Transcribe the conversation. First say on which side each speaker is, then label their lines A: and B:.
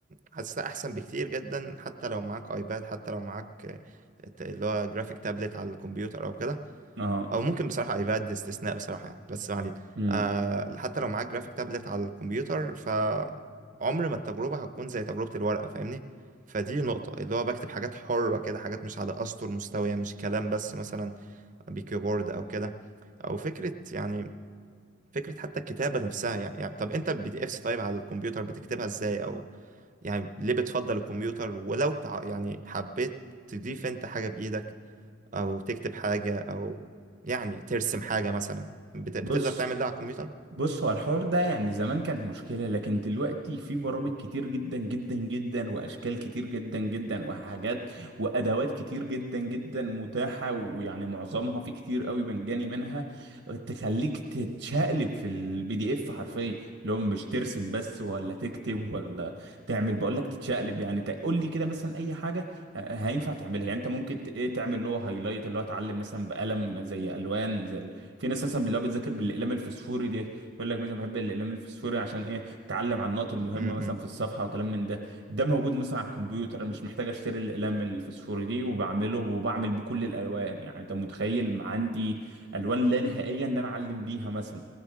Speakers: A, on the right (about 45°); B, on the right (about 75°).
A: حاسسها احسن بكتير جدا حتى لو معاك ايباد حتى لو معاك آه، اللي هو جرافيك تابلت على الكمبيوتر او كده
B: اه
A: او ممكن بصراحه ايباد استثناء بصراحه يعني بس ما علينا
B: امم
A: آه حتى لو معاك جرافيك تابلت على الكمبيوتر ف عمر ما التجربه هتكون زي تجربه الورقه فاهمني فدي نقطه اللي هو بكتب حاجات حره كده حاجات مش على اسطر مستويه مش كلام بس مثلا بكيبورد او كده او فكره يعني فكره حتى الكتابه نفسها يعني, يعني طب انت البي دي افس طيب على الكمبيوتر بتكتبها ازاي او يعني ليه بتفضل الكمبيوتر ولو تع... يعني حبيت تضيف انت حاجه بايدك او تكتب حاجة او يعني ترسم حاجة مثلا بت... بتقدر
B: بص
A: تعمل ده على الكمبيوتر
B: بص هو الحوار ده يعني زمان كانت مشكلة لكن دلوقتي في برامج كتير جدا جدا جدا وأشكال كتير جدا جدا وحاجات وأدوات كتير جدا جدا متاحة ويعني معظمها في كتير قوي مجاني منها تخليك تتشقلب في البي دي اف حرفيا اللي هو مش ترسم بس ولا تكتب ولا تعمل بقول لك تتشقلب يعني تقول لي كده مثلا أي حاجة آه، هينفع تعملها يعني أنت ممكن ت- إيه تعمل اللي هو هايلايت اللي هو اتعلم مثلا بقلم زي ألوان زي في ناس مثلا اللي هو بتذاكر بالأقلام الفسفوري دي يقول لك مثلا بحب الاقلام الفسفوري عشان ايه اتعلم على النقط المهمه
A: امم
B: مثلا في الصفحه وكلام من ده ده موجود مثلا على الكمبيوتر أنا مش محتاج اشتري الاقلام الفسفوري دي وبعمله وبعمل بكل الالوان يعني انت متخيل عندي الوان لا نهائيه ان انا اعلم بيها مثلا